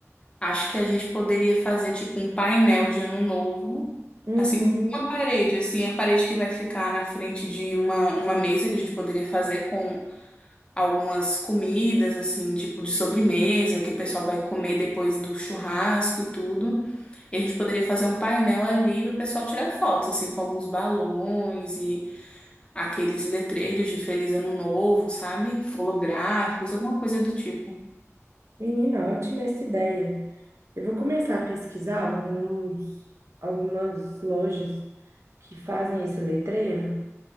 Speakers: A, on the left; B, on the right.
A: Acho que a gente poderia fazer tipo um painel de ano novo,
B: Uhum.
A: assim, uma parede, assim, a parede que vai ficar na frente de uma, uma mesa que a gente poderia fazer com algumas comidas, assim, tipo de sobremesa, que o pessoal vai comer depois do churrasco e tudo. E a gente poderia fazer um painel ali para o pessoal tirar fotos, assim, com alguns balões aqueles letreiros de Feliz Ano Novo, sabe? Holográficos, alguma coisa do tipo.
B: Menina, ótima essa ideia. Eu vou começar a pesquisar alguns, algumas lojas que fazem esse letreiro.